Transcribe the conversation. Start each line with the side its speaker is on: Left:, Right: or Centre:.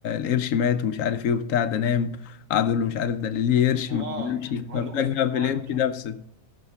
Left: القرش مات ومش عارف ايه وبتاع ده نام قعد يقول له مش عارف ده اللي ليه قرش
Right: اه
Left: ما بيمشي
Right: <laughs> يعني بقول
Left: ما بالك
Right: لكم اسمه
Left: بقى
Right: صداع
Left: في القرش
Right: ومش
Left: نفسه
Right: عارف